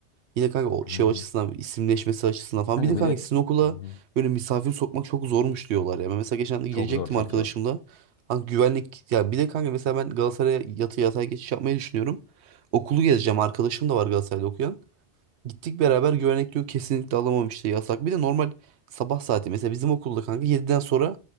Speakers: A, on the right; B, on the left.
A: yine kanka o
B: Hı
A: şey
B: hı.
A: açısından isimleşmesi açısından falan
B: Kanka
A: bir de kanka
B: bir de
A: sizin okula
B: Hı hı.
A: böyle misafir sokmak çok zormuş diyorlar ya. Ben mesela geçen de gelecektim
B: çok zor çok
A: arkadaşımla.
B: zor.
A: Kanka güvenlik ya bir de kanka mesela ben Galatasaray'a yatı yatay geçiş yapmayı düşünüyorum. Okulu gezeceğim arkadaşım da var Galatasaray'da okuyan. Gittik beraber güvenlik diyor kesinlikle alamam işte yasak. Bir de normal sabah saati mesela bizim okulda kanka 7'den sonra